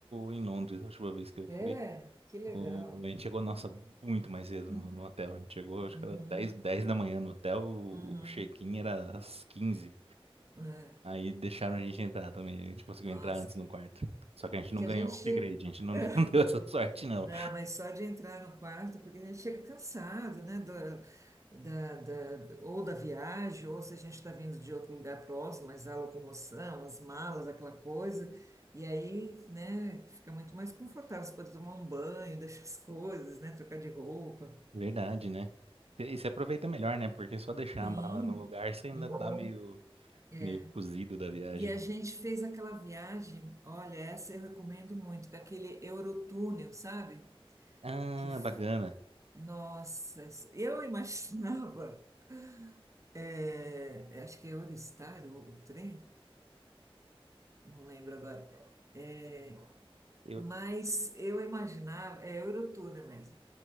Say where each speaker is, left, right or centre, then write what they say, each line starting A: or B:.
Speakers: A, on the right; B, on the right.
A: em Londres, a última vez que eu fui.
B: É, que legal.
A: O- a gente chegou, nossa, muito mais cedo
B: Uhum,
A: no, no hotel. A gente chegou, acho
B: uhum.
A: que era dez dez da manhã no hotel, o,
B: Uhum.
A: o check-in era às 15.
B: É,
A: Aí deixaram a gente entrar também, a gente conseguiu
B: nossa,
A: entrar antes no quarto. Só que a gente
B: porque
A: não ganhou
B: a gente
A: o
B: chega.
A: upgrade, a gente
B: <laughs>
A: não, <laughs> não deu essa sorte, não.
B: Não, mas só de entrar no quarto, porque a gente chega cansado, né? Da, da, da- ou da viagem, ou se a gente está vindo de outro lugar próximo, mas a locomoção, as malas, aquela coisa. E aí, né, fica muito mais confortável. Você pode tomar um banho, <laughs> deixar as coisas, né? Trocar de roupa.
A: Verdade, né? E e você aproveita melhor, né? Porque só deixar
B: Sim.
A: a mala no lugar, você ainda
B: Uhum.
A: tá meio,
B: É.
A: meio cozido da viagem.
B: E a gente fez aquela viagem, olha, essa eu recomendo muito, daquele Eurotúnel, sabe?
A: Ah,
B: Que, f-
A: bacana.
B: nossa, isso- eu imaginava. é, é, acho que é Eurostar ou o trem, não lembro agora. É,
A: Eu,
B: mas eu imaginava, é Eurotúnel mesmo.